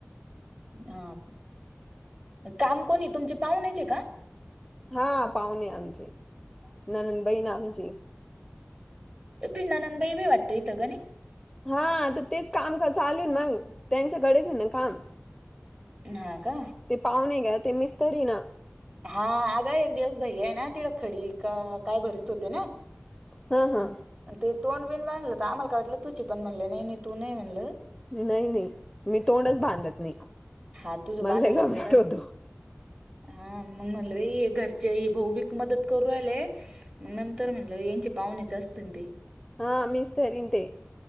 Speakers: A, on the right; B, in the centre.
A: हा काम कोणी तुमचे पाहुण्याचे का?
B: हा पावणे आमची. नन दबई ना आमची.
A: त ननंदबाई बी वाटत इथं का नाही?
B: हा तर तेच काम चालू मग त्यांच्या घडेच ना काम.
A: हा का
B: ते पाहुणे घ्या ते मिस्तरी ना.
A: हा आग एक दिवस भाई आहे ना तिला खडी का काय भरतीत होते ना.
B: हा हा.
A: ते तोंड बिन बांधलं तर आम्हाला का वाटलं तुच पण, म्हणले नाही नाही तू नाही म्हणलं.
B: नाही नाही मी तोंडच बांधत नाही.
A: हा तुझ
B: मला
A: बांधलच
B: लय घबराट
A: नाही रात
B: होतो.
A: ना हा. म म्हणल ते घरचे भाऊविक मदत करू रालेय म नंतर म्हणल यांचे पाहुणेच अस तील ते
B: हा मिस्तरीन ते